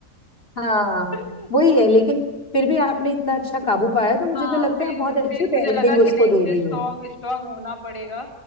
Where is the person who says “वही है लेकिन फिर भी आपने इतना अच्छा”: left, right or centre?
Left